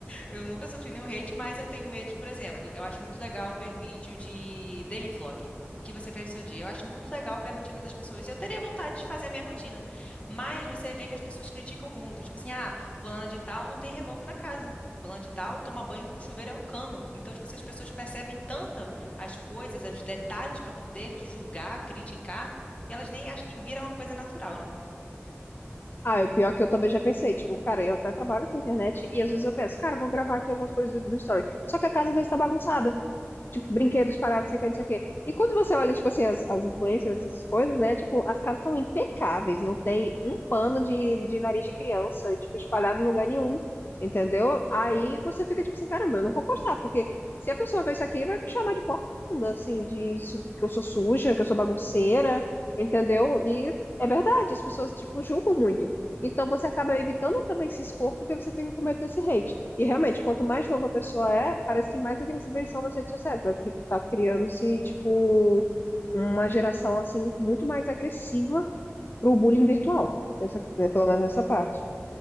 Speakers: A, on the left; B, on the left.
A: eu nunca sofri nenhum hate, mas eu tenho medo de, por exemplo, eu acho muito legal ver vídeo de daily vlog. O que você fez no seu dia? Eu acho muito legal ver a rotina das pessoas. E eu teria vontade de fazer a minha rotina. Mas você vê que as pessoas criticam muito. Tipo assim, ah, fulana de tal não tem reboco na casa. Fulana de tal toma banho com chuveiro é um cano. Então, tipo assim, as pessoas percebem tanto as coisas, os detalhes para poder julgar, criticar, e elas nem acham que vira uma coisa natural, né?
B: Ah, é o pior que eu também já pensei, tipo, cara, eu até trabalho com internet e às vezes eu penso, cara, eu vou gravar aqui algumas coisas do, do story. Só que a casa às vezes tá bagunçada. Tipo, brinquedos parados, sei o que, não sei o quê. E quando você olha, tipo assim, as, as influencers, essas coisas, né? Tipo, as casas são impecáveis, não tem um pano de, de nariz de criança, tipo, espalhado em lugar nenhum, entendeu? Aí você fica, tipo assim, caramba, eu não vou postar, porque se a pessoa ver isso aqui, vai me chamar de porca imunda, assim, de su- que eu sou suja, que eu sou bagunceira, entendeu? E é verdade, as pessoas, tipo, julgam muito. Então você acaba evitando também se expor porque você fica com medo desse hate. E realmente, quanto mais nova a pessoa é, parece que mais agressiva eles são nas redes sociais. Parece que tá criando-se, tipo, uma geração, assim, muito mais agressiva pro bullying virtual. Essa, né, pelo menos nessa parte.